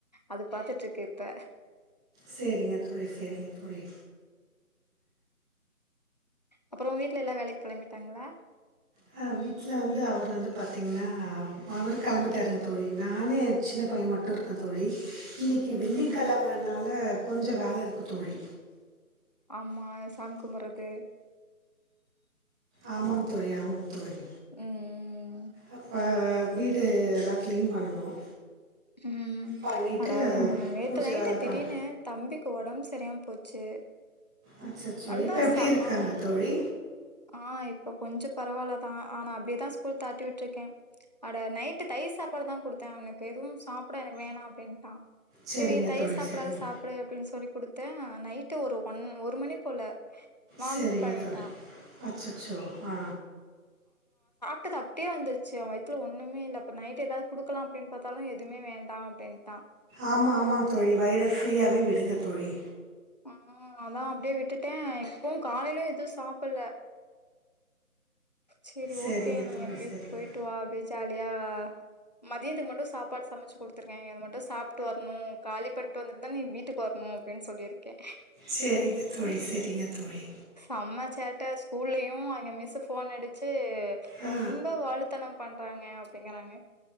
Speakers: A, on the left; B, in the centre.
A: அது பாத்துட்டு இருக்க இப்ப
B: செரிங்க தோழி செரிங்க தோழி
A: அப்புற வீட்டு்ல எல்லா வேலைக்கு கெளம்பிட்டாங்களா
B: ஹ வீட்டல வந்து அவர் வந்து பாத்தீங்கன்னா அவர் கெளம்பிட்டாருங்க தோழி நானு சின்ன பையன் மட்டும் இருக்கொன் தோழி இன்னைக்கி
A: ம்
B: வெள்ளிக்கிழமனால கொஞ்ச வேல இருக்கு தோழி
A: ஆமா சன்குமரன் தே
B: ஆமாங் தோழி ஆமாங் தோழி
A: ம்
B: அப்ப வீடு எல்லா க்ளீன் பண்ணணும்
A: உம்
B: பண்ணிவிட்டு
A: அட நேத்து
B: பூஜை
A: நைட்டு
B: வேலை பண்ண
A: திடிர்னு தம்பிக்கு ஒடம்பு சரியாம போச்சு
B: அச்சச்சோ
A: நல்லா
B: இப்ப எப்படி
A: சா
B: இருக்காங்க
A: ஆ
B: தோழி
A: ஆ இப்ப கொஞ்சோ பரவால்ல தா ஆனா அப்டிதா ஸ்கூல் தாட்டுவிட்ருக்கே அட நைட்டு தயிர் சாப்பாடு தா குடுத்தே அவனுக்கு எதுவும் சாப்ட எனக்கு வேணா அப்டின்ட்டா
B: சரிங்க
A: செரி தயிர்
B: தோழி
A: சாப்பாடாது
B: சரிங்க
A: சாப்டு அப்டின்னு சொல்லி குடுத்தே நைட்டு ஒரு ஒன் ஒரு மணி போல வாமிட்
B: சரிங்க
A: பண்ணிட்டான்
B: தோழி அச்சச்சோ ஆ
A: ட்டது அப்டியே வந்துச்சு அவன் வயித்துல ஒன்னுமே இல்ல இப்ப நைட் ஏதாவது குடுக்கலா அப்டின்னு பாத்தாலும் எதுமே வேண்டா அப்டின்ட்டான்
B: ஆமா ஆமாங் தோழி வயிற ஃப்ரீயாவே விடுங்க தோழி
A: ஆ அதா அப்டியே விட்டுட்டேன் இப்பவு காலையில எதும் சாப்புட்ல செரி
B: சரிங்க
A: ஓகே நீ
B: தோழி
A: அப்டியே
B: சரிங்க
A: போய்ட்டு வா அப்டியே ஜாலியா மதியத்துக்கு மட்டும் சாப்பாடு சமச்சு குடுத்துருக்கே இது மட்டும் சாப்ட்டு வரணு காலி பண்ட்டு வந்துட்டு தா நீ வீட்டுக்கு வர்ணு அப்டின்னு சொல்லிருக்கே
B: சரிங்க தோழி சரிங்க தோழி
A: செம சேட்ட ஸ்கூல்லயு அங்க மிஸ்ஸு ஃபோன் அடிச்சு
B: ஆ
A: ரொம்ப வாழுத்தனம் பண்றாங்க அப்டிங்கறாங்க